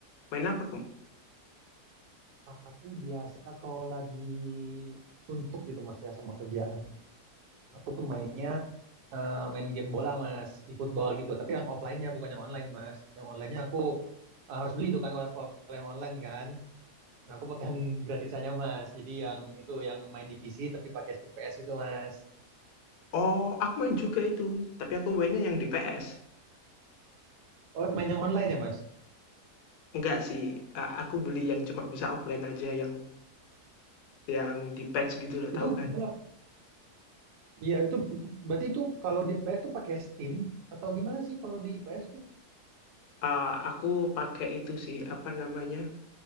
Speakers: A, on the left; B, on the right.
A: Main apa kamu?
B: Aku biasa kalau lagi suntuk gitu Mas ya sama kerjaan. Aku tuh mainnya eh, main game bola Mas, e-football gitu. Tapi yang offline-nya bukan yang online Mas. Yang online-nya aku eh, harus beli itu kan kalau kalau yang online kan. Nah aku pakai yang <laughs> gratisannya Mas. Jadi yang itu yang main di PC tapi pakai stick PS gitu Mas.
A: Oh, aku main juga itu. Tapi aku mainnya yang di PS.
B: Oh main yang online ya Mas?
A: nggak sih, eh, aku beli yang cuma bisa offline aja, yang yang di patch gitu loh, tahu
B: Itu
A: kan?
B: berapa? Iya, itu berarti itu kalau di PS tuh pakai Steam atau gimana sih kalau di PS tuh?
A: Eh, aku pakai itu sih, apa namanya?